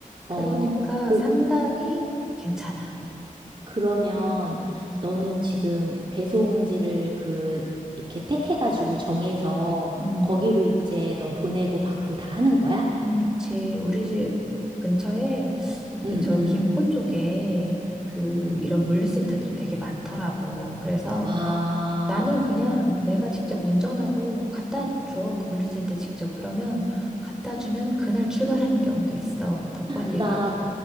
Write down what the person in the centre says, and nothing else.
그러니까
상당히 괜찮아.
음.
음,
음, 그치. 우리 집 근처에 특히
저
김포 쪽에 그
이런 물류센터들이 되게 많더라고. 그래서
나는 그냥 내가 직접 운전하고 갖다 줘. 그 물류센터 직접. 그러면 갖다 주면 그날 출발하는 경우도 있어. 더 빨리
가.